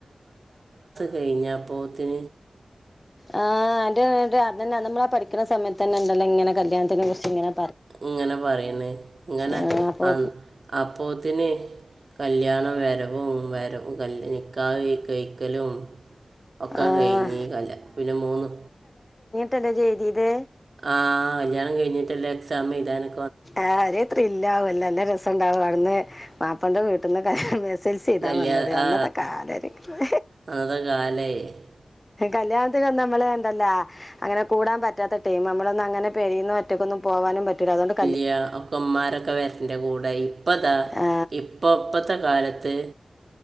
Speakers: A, on the right; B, on the left.
A: കെയ്ഞ്ഞപ്പോത്ത്ന്
B: ആ അന്റെ ന്റെ അതന്നെ നമ്മളാ പഠിക്ക്ണ സമയത്തന്നെണ്ടല്ലോ ഇങ്ങനെ കല്യാണത്തിനെ കുർച്ച്ങ്ങനെ
A: ഇങ്ങനെ പറയണേ ഇങ്ങനെ
B: ആഹ് അപ്പൊ
A: ആ അപ്പോത്തിന് കല്ല്യാണം വരവും വരവും കല്ല് നിക്കാഹ് കഴിക്കലും ഒക്കെ
B: ആഹ്
A: കഴിഞ്ഞ് കല്ല പിന്നെ മൂന്ന്
B: തന്നെ ചെയ്തീത്
A: ആ കല്ല്യാണം കഴിഞ്ഞിട്ടല്ലേ എക്സാം എഴുതാന്
B: ആ ഒരേത്രി ലാവൽ നല്ല രസണ്ടാവും അവിടുന്ന് മാപ്പളന്റെ വീട്ടിൽന്ന്ക്കെ എസ്‌ൽസി എഴുതാ
A: കല്യാ
B: വന്നത് അന്നത്തെ
A: ആ
B: കാലാലോയിക്കുമ്പോ
A: അന്നത്തെ കാലേ
B: കല്യാണത്തിനൊന്നും നമ്മള് ണ്ടല്ലാ അങ്ങനെ കൂടാൻ പറ്റാത്ത ടൈം നമ്മളൊന്നും അങ്ങനെ പെരേന്ന് ഒറ്റക്കൊന്നും പോകാനും പറ്റില്ല അതൊണ്ട്
A: യ ഒക്കമാരൊക്കെ വരന്റെ കൂടെ ഇപ്പതാ
B: ആ
A: ഇപ്പ ഇപ്പത്തെ കാലത്ത്